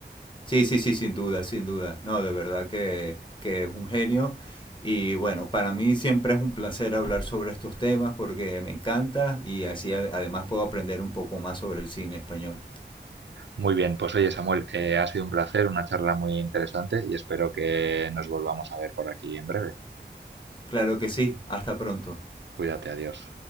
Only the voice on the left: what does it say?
sí, sí, sí, sin duda, sin duda. No, de verdad que, que es un genio. Y bueno, para mí siempre es un placer hablar sobre estos temas porque me encanta y así a- además puedo aprender un poco más sobre el cine español.
Claro que sí, hasta pronto.